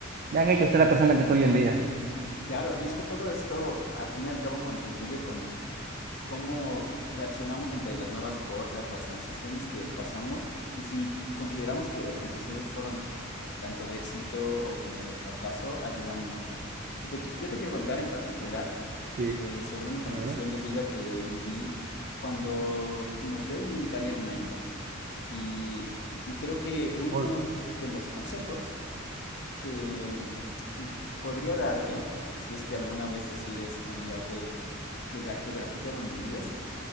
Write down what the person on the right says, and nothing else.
me han hecho ser la persona que soy hoy en día.
Sí,
a ver,
hoy.